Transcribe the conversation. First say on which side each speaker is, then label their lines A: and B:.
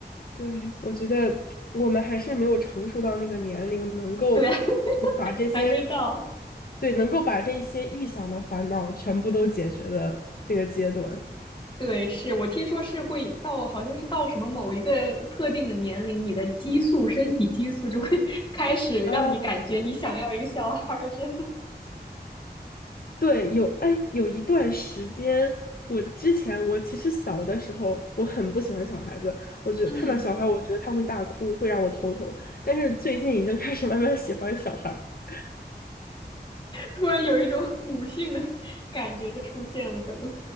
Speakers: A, on the left; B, on the left.
A: 对，我觉得我们还是没有成熟到那个年龄，能够
B: 对，<laughs>
A: 就把这些，
B: 还没到。
A: 对，能够把这一些预想的烦恼全部都解决的那个阶段。
B: 对，是我听说是会到，好像是到什么某一个特定的年龄，你的激素，身体激素就会 <laughs> 开始让你感觉你想要一个小孩儿，
A: 啊。
B: 这，
A: 对，有，哎，有一段时间，我之前我其实小的时候，我很不喜欢小孩子，我觉得看到小孩，
B: 嗯，
A: 我觉得他会大哭，会让我头疼。但是最近已经开始慢慢喜欢小孩 <laughs>
B: 突然有一种 <laughs> 母性的感觉就出现了，可能，